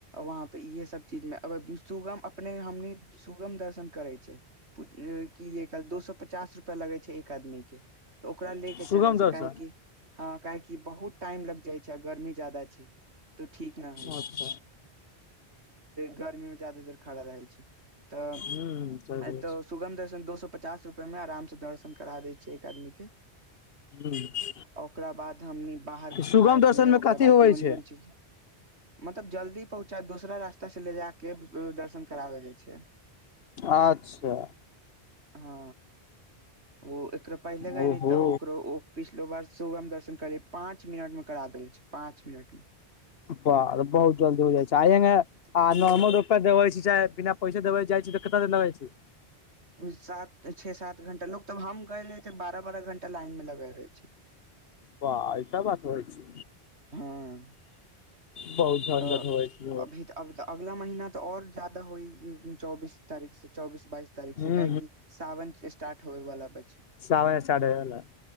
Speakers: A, on the right; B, on the left.
A: वहाँ पे इहे सब चीज मे सुगम अपने हमनी सुगम दर्शन करै छै पु की एक कल दू सए पचास रुपआ लगे छै एक आदमी के तऽ ओकरा ले के
B: सुगम
A: चले
B: दर्शन
A: छै काहेकि हँ काहेकि बहुत टाइम लग जाय छै गर्मी ज्यदा छै तो ठीक न है
B: अच्छा
A: गर्मी में ज्यदा देर खड़ा रहल छै तऽ
B: हूँ सही कहै
A: एतौ सुगम द दोसो पचास रुपआ में आराम से दर्शन करा देय छै एक आदमी के
B: छी
A: ओकरा बाद हमनी बाहरके
B: सुगम
A: खााय
B: दर्शन
A: पियए
B: मे
A: ओकरा
B: कथी
A: बाद
B: होवे
A: जोन जोन
B: छै
A: चीज मतलब जल्दी पहुँचा दोसरा रास्ता से ले जााक दर्शन कराबे जा छै
B: अच्छा
A: हँ ओ एकरो पहिले ग
B: ओहो
A: नहि तऽ ओकरो ओ पिछलो बार सुबम दर्शन कर पांच मिनट में करा देल छै पांच मिनट मे
B: ब बहुत जल्दी हो जाइ छै आयेंगे आ नॉर्मल रोपैआ दवै छ छै चाह बिना पैसा देब जाइ छै तऽ कत लगए छै
A: सात छे सात घंटा लोग तब हम कहले त बारह बारह घंटा लाइन में लगे रहे छी
B: व ऐस बात होइ छै
A: हँ
B: बहुत झंझट
A: तऽ
B: होइ छै
A: अभी त अऽ अगला महिीना तऽ और ज्याददा होइ चौबीस तारीख से चौबीस बाइस तारीख
B: हूं
A: से काहेक साावन स्टार्ट होे वालला बची
B: सवय स्टार्ट होइ वला